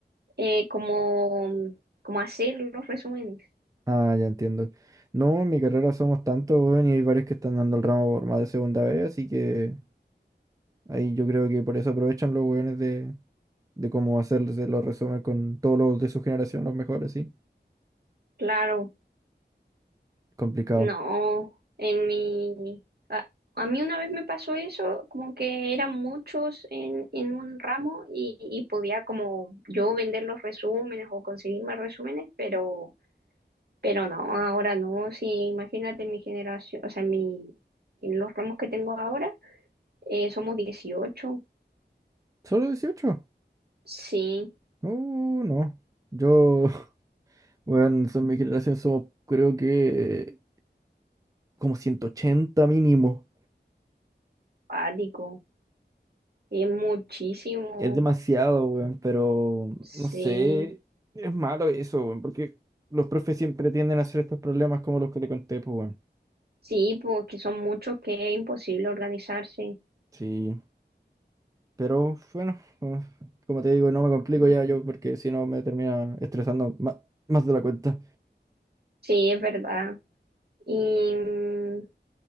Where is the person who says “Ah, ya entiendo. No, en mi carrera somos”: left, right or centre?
Right